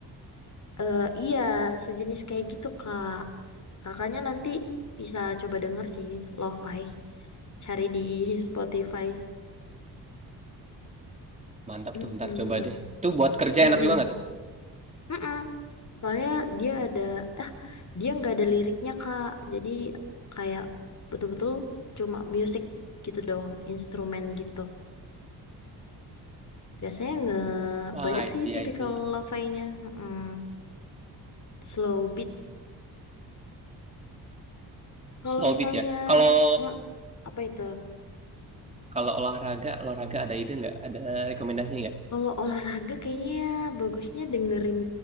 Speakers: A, on the left (about 45°); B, on the right (about 15°).
A: Eh, iya, sejenis kayak gitu, Kak. Kakaknya nanti bisa coba denger sih, lo-fi. Cari di Spotify.
B: mantap
A: Mm-mm.
B: tuh ntar coba deh itu buat kerja
A: Mm-mm.
B: enak juga nggak tuh
A: Mm-mm. Soalnya dia ada, ah, dia nggak ada liriknya, Kak. Jadi kayak betul-betul cuma music gitu doang, instrumen gitu. Biasanya nggak
B: ah
A: banyak
B: I
A: sih
B: see
A: tipikal
B: I see
A: lo-fi-nya. Mm-mm. Slow beat. Kalau
B: slow
A: misalnya,
B: beat ya kalau
A: ah apa itu?
B: kalau olahraga olahraga ada ide nggak ada rekomendasi nggak
A: Kalau olahraga kayaknya bagusnya dengerin